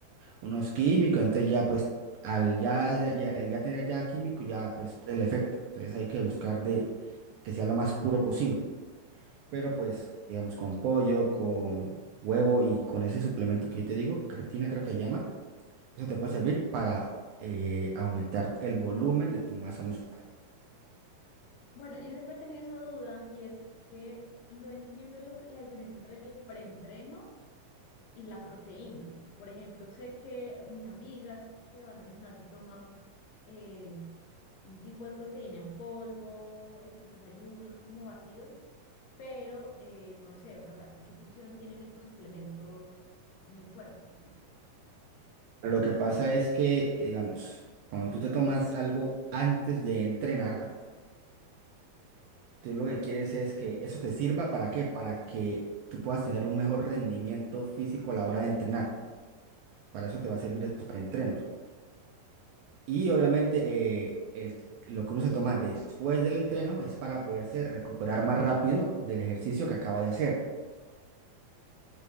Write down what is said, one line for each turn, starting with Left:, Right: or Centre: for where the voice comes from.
Right: unos químicos, entonces ya pues al ya, ya, al ya tener ya químico, ya pues el efecto, entonces hay que buscar de que sea lo más puro posible pero pues, digamos, con pollo, con huevo y con ese suplemento que yo te digo, creatina creo que se llama, eso te puede servir para eh, aumentar el volumen de tu masa muscular.
Left: Bueno, yo siempre he tenido esa duda y es que no entiendo lo que- la diferencia entre el preentreno y la proteína. Por ejemplo, sé que mis amigas que van al gimnasio toman eh, un tipo de proteína en polvo, en sus desayunos como batido, pero eh, no sé, o sea, ¿para qué función tienen estos suplementos en el cuerpo?
Right: Lo que pasa es que, eh, digamos, cuando tú te tomas algo antes de entrenar, tú lo que quieres es que eso te sirva para qué, para que tú puedas tener un mejor rendimiento físico a la hora de entrenar. Para eso te va a servir esos preentrenos. Y obviamente eh, el, lo que uno se toma después del entreno es para poderse recuperar más rápido del ejercicio que acaba de hacer.